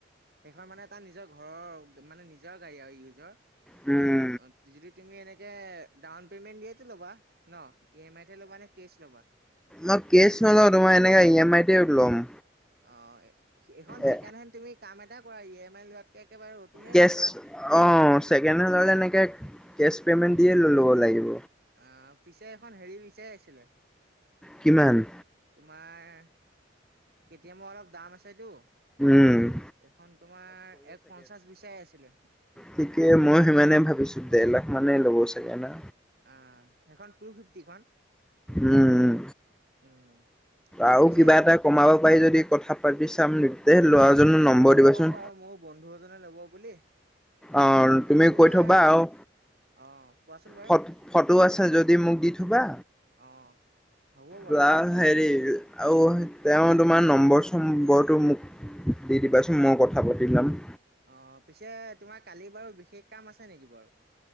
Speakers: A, on the right (about 55°); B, in the centre.
A: সেইখন মানে তাৰ নিজৰ ঘৰৰ মানে নিজৰ গাড়ী আৰু ইউজৰ।
B: উম।
A: অ' যদি তুমি এনেকে ডাউন পেমেণ্ট দিয়েটো ল'বা ন'? ই এম আই হে ল'বা নে? কিচ ল'বা?
B: ন' কেছ নলও, তোমাৰ এনেকা ই এম আইতেই ল'ম।
A: অ' সেইখন
B: এ
A: ছেকেণ্ড হেণ্ড তুমি কাম এটা কৰা, ই এম আইত লোৱাতকে একেবাৰে নতুনে
B: কেছ
A: লৈ লোৱা
B: অ' ছেকেণ্ড হেণ্ডলৈ এনেকৈ কেছ পে'মেণ্ট দিয়ে লৈ ল'ব লাগিব।
A: অ' পিছে এখন হেৰি বিচাৰি আছিলে।
B: কিমান?
A: তোমাৰ কেটি এমৰ অলপ দাম আছেতো
B: উম।
A: এইখন তোমাৰ এক পঞ্চাশ বিচাৰ আছিলে।
B: থিকেই মই সিমানে ভাবিছোঁ, দেৰ লাখ মানে ল'ব চাগে না।
A: আ, হেইখন টু ফিফটিখন?
B: উম,
A: উম
B: আৰু
A: পিছে
B: কিবা এটা কমাব পাৰি যদি কথা পাতি চাম তে ল'ৰাজনৰ
A: পিছে
B: নম্বৰ
A: মই
B: দিবাচোন
A: ক'ম বাৰু মোৰ বন্ধু এজনে ল'ব বুলি।
B: অ'
A: সি
B: তুমি
A: তোমাৰ
B: কৈ থ'বা আৰু
A: অ কোৱাচোন বাৰু
B: ফ-ফটো আছে যদি মোক দি থ'বা।
A: অ হ'ব বাৰু।
B: বা হেৰি আৰু তেওঁৰ তোমাৰ নম্বৰ চম্বৰটো মোক দি দিবাচোন মই কথা পাতি ল'ম।
A: অ' পিছে তোমাৰ কালি বাৰু বিশেষ কাম আছে নেকি বাৰু?